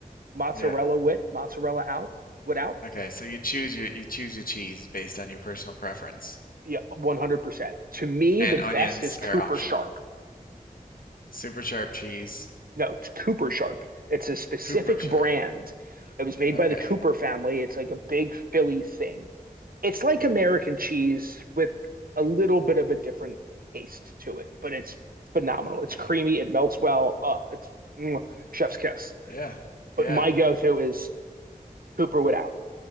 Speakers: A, on the right; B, on the left.
A: mozzarella
B: Yeah.
A: wit, mozzarella out, without.
B: Okay. So you choose your you choose your cheese based on your personal preference,
A: Yeah, 100%. To me,
B: and
A: the best
B: onions
A: is Cooper
B: are optional.
A: Sharp.
B: Super sharp cheese,
A: No, it's Cooper Sharp. It's a specific
B: Cooper sharp.
A: brand. It was made
B: Okay.
A: by the Cooper family. It's like a big Philly thing. It's like
B: Hmm.
A: American cheese with a little bit of a different taste to it, but it's phenomenal.
B: Okay.
A: It's creamy. It melts well. Uh, it's mm, chef's kiss.
B: Yeah.
A: But
B: Yeah.
A: my go-to is Cooper without.